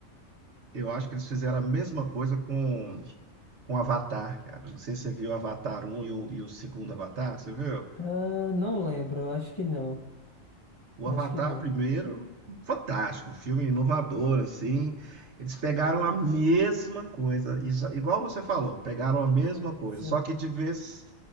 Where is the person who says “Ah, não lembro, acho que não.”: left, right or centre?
Left